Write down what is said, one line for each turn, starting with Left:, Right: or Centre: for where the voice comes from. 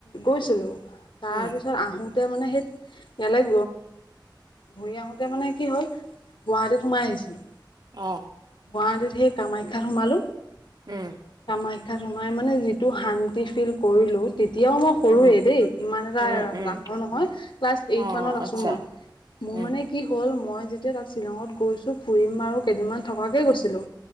Left: গৈছিলোঁ তাৰপিছত
Right: উম,
Left: আহোঁতে তেতিয়া মানে সি বেলেগ ঘূৰি আহোঁতে মানে কি হ'ল, গুৱাহাটীত সোমাই আহিছিলোঁ।
Right: অ'।
Left: গুৱাহাটীত সেই কামাখ্যাত সোমালো।
Right: উম।
Left: কামাখ্যাত সোমাই মানে যিটো শান্তি ফিল কৰিলো, তেতিয়াও মই সৰুৱে
Right: উম,
Left: দেই, ইমান এটা
Right: উম, উম,
Left: ডাঙৰ নহয় ক্লাছ
Right: অ',
Left: এইট মানত আছো
Right: আচ্ছা,
Left: মই। মোৰ
Right: উম,
Left: মানে কি হ'ল মই যেতিয়া তাত শ্বিলঙত গৈছোঁ ফুৰিম আৰু কেইদিনমান থকাকে গৈছিলোঁ।